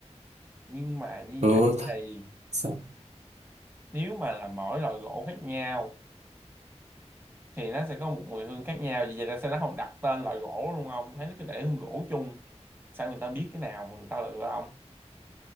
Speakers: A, on the right (about 20°); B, on the right (about 70°).
A: Nhưng mà như
B: ừ
A: vậy thì
B: th- sao-
A: nếu mà là mỗi loại gỗ khác nhau thì nó sẽ có một mùi hương khác nhau. Vì vậy tại sao nó không đặt tên loại gỗ luôn không? Tôi thấy nó cứ để hương gỗ chung. Sao người ta biết cái nào mà người ta lựa không?